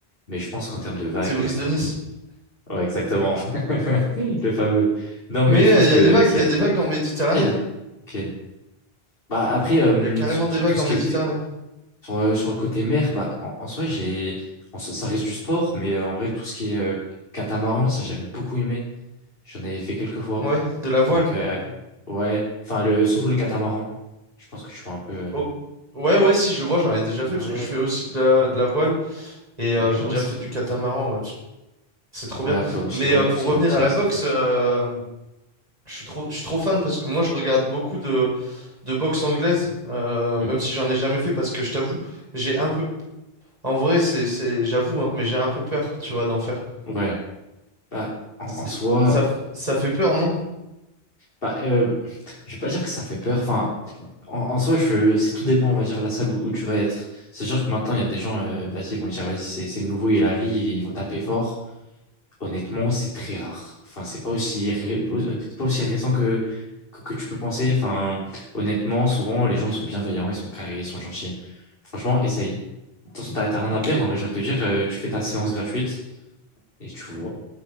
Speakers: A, on the left; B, on the right.
A: Mais je pense qu'en termes de vagues.
B: c'est Brise
A: euh,
B: de Nice.
A: Ouais, exactement. <laughs> Le fameux. Non, mais
B: Mais
A: je pense
B: euh, il
A: que
B: y a des vagues,
A: ça
B: il y
A: va
B: a
A: être
B: des vagues en Méditerranée.
A: compliqué.
B: hein.
A: Ok. Bah, après, euh,
B: Il y a carrément
A: sur,
B: des
A: sur
B: vagues
A: tout ce
B: en
A: qui
B: Méditerranée.
A: est. Sur, euh, sur le côté mer, bah, en, en soi, j'ai. en soi, ça reste du sport, mais euh, en vrai, tout ce qui est euh, catamaran, ça, j'avais beaucoup aimé. J'en avais fait quelques fois.
B: Ouais, de la voile.
A: Donc, euh, ouais. Enfin, le, surtout le catamaran. Je pense que tu vois un peu. euh,
B: Oh. Ouais, ouais, si, je vois, j'en ai déjà
A: Ouais,
B: fait parce
A: ouais,
B: que je fais
A: ouais.
B: aussi de la, de la voile et
A: Maintenant,
B: euh, j'ai
A: Ah
B: déjà
A: ouais, c'est
B: fait
A: cool.
B: du catamaran. Ouais, parce que c'est trop
A: Ouais,
B: bien.
A: après aussi,
B: Mais
A: ouais,
B: euh,
A: tout
B: pour
A: ce
B: revenir
A: qui est optimiste
B: à la boxe,
A: et tout.
B: euh, je suis trop, je suis trop fan parce que moi, je regarde beaucoup de, de boxe anglaise, euh,
A: Mm.
B: même si j'en ai jamais fait parce que je t'avoue, j'ai un peu. En vrai, c'est, c'est, j'avoue, hein, mais j'ai un peu peur, tu
A: Mm.
B: vois, d'en faire.
A: Ouais. Bah, en,
B: C'est-
A: en soi,
B: Ça, ça fait peur, non?
A: bah, euh, je vais pas dire que ça fait peur. Enfin, en, en soi, je, c'est tout dépend, on va dire, de la salle où, où tu vas être. C'est sûr que maintenant, il y a des gens, euh, vas-y, ils vont dire, vas-y, c'est c'est le nouveau, il arrive, ils vont taper fort. Honnêtement, c'est très rare. Enfin, c'est pas aussi ré- c'est pas aussi récent que, que que tu peux penser. Enfin, honnêtement, souvent les gens ils sont bienveillants, ils sont carrés, ils sont gentils. Franchement, essaye. De toute façon, t'as t'as rien
B: Ok,
A: à perdre. En vrai, j'ai envie de te dire, euh, tu fais ta séance gratuite et tu vois.